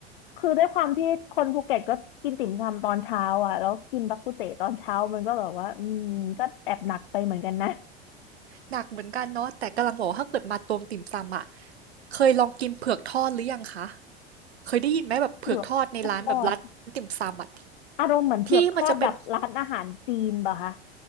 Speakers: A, on the left; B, on the right.
A: คือด้วยความที่คนภูเก็ตก็กินติ่มซำตอนเช้าอ่ะแล้วกินบักกุเตตอนเช้ามันก็แบบว่าอืมก็แอบหนักไปเหมือนกันนะ
B: หนักเหมือนกันเนาะแต่กำลังบอกว่าถ้าเกิดมาตวงติ่มซำอะเคยลองกินเผือกทอดหรือยังคะเคยได้ยินไหมแบบเผือกทอดในร้านแบบร้านติ่มซำอะ
A: เผือกทอดอารมณ์เหมือนเผือกทอดแบบร้านอาหารจีนป่ะคะ
B: ที่มันจะเป็น